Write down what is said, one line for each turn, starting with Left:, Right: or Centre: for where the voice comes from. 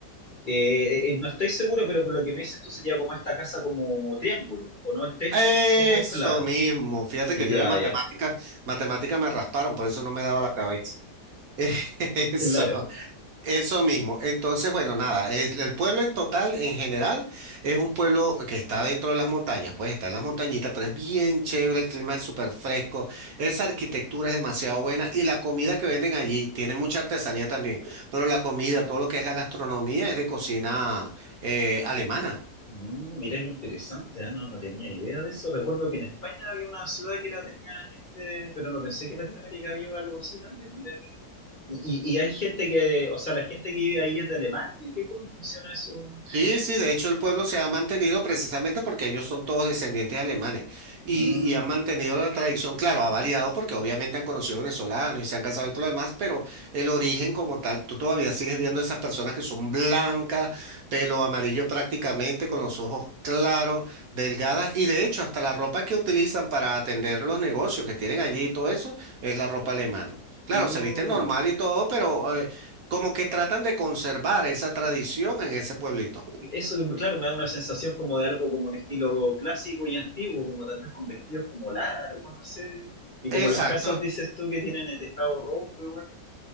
Left: Eh, eh, no estoy seguro, pero por lo que me dices tú sería como esta casa como triángulo, ¿o no? El techo,
Right: Eso
Left: como claro.
Right: mismo. Fíjate
Left: Ya,
Right: que yo de matemática,
Left: ya.
Right: matemática me rasparon, por eso no me daba la cabeza. <laughs> Eso.
Left: Claro.
Right: Eso mismo. Entonces, bueno, nada, es- el, pueblo en total, en general, es un pueblo que está dentro de las montañas, pues está en las montañitas, pero es bien chévere, el clima es súper fresco, esa arquitectura es demasiado buena y la comida que venden allí tiene mucha artesanía también, pero la comida, todo lo que es la gastronomía es de cocina eh, alemana.
Left: Mm, mira qué interesante, ah, No, no tenía idea de eso. Recuerdo que en España había una ciudad que era, tenía gente, pero no pensé que en Latinoamérica había algo así también. Mira que- Y, y- y hay gente que, o sea, la gente que vive ahí es de Alemania. ¿Qué, cómo funciona eso?
Right: Sí, sí, de hecho el pueblo se ha mantenido precisamente porque ellos son todos descendientes alemanes y,
Left: Mm,
Right: y han mantenido la tradición, claro, ha variado porque obviamente han conocido venezolanos y se han casado y todo lo demás, pero el origen como tal, tú todavía sigues viendo esas personas que son blancas, pelo amarillo prácticamente, con los ojos claros, delgadas y de hecho hasta la ropa que utilizan para atender los negocios que tienen allí y todo eso es la ropa alemana. Claro,
Left: mm.
Right: se visten normal y todo, pero eh, como que tratan de conservar esa tradición en ese pueblito.
Left: Eso, claro, me da una sensación como de algo como un estilo clásico y antiguo, como tal vez con vestidos como largos, no sé. Y
Right: Exacto,
Left: como las casas, dices tú, que tienen el tejado rojo igual.